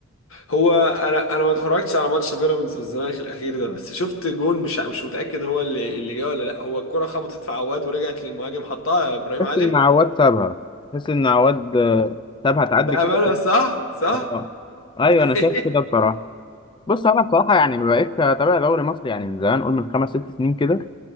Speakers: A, on the left (about 75°); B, on the left (about 20°).
A: هو انا انا ما اتفرجتش على ماتش بيراميدز والزمالك الاخير ده بس شفت جون مش مش متاكد هو اللي اللي جه ولا لا هو الكره خبطت في عواد ورجعت للمهاجم حطها ابراهيم
B: تحس
A: عادل
B: ان عواد سابها تحس ان عواد آه، سابها تعدي
A: بامانه
B: كده
A: صح صح
B: اه ايوه
A: <laughs>
B: انا شايف كده بصراحه بص انا بصراحه يعني ما بقتش اتابع دوري مصري يعني من زمان قول من خمس ست سنين كده